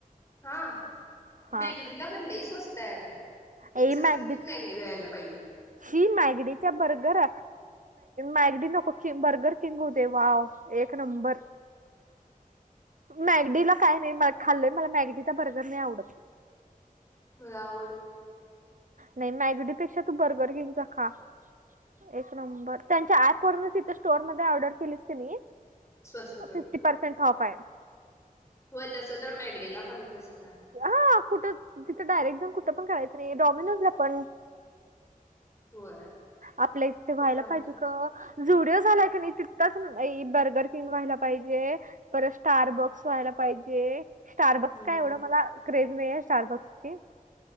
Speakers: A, on the left (about 20°); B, on the right (about 60°).
A: हा
B: हा
A: मॅगडीला पण लई स्वस्त आहे अगं
B: ए
A: इचलकरंजीत
B: मॅगडी
A: मॅग डी व्हायला पाहिजे.
B: शी मॅगडी चा बर्गर मॅगडी नको बर्गर किंग होउ दे वाव एक नंबर
A: <inaudible>
B: मॅगडीला काय नाही म खाल्लंय मला मॅगडीचा बर्गर नाही आवडत
A: मला आवडते
B: नाही मॅगडीपेक्षा तू बर्गर किंगचा खा एक नंबर त्यांच्या ऍप वरनं तीथं स्टोर मध्ये ऑर्डर केलीस कनी
A: स्वस्त पडते
B: फिफ्टी पर्सेंट ऑफ हाय
A: होय तस तर मॅगडीला पण तसच आहे.
B: हा कुठं तिथं डायरेक्ट जाऊन कुठं पण करायचं नाही डॉमिनोजला पण.
A: होय
B: आपल्या इथं व्हायला
A: तसं आहे
B: पाहिजे. झुडिओ झालाय कनी तिथंच बर्गर किंग व्हायला पाहिजे. परत स्टारबॉक्स व्हायला पाहिजे. स्टारबक्स
A: हम्म
B: काय एवढं मला क्रेज नाहीे स्टारबक्स ची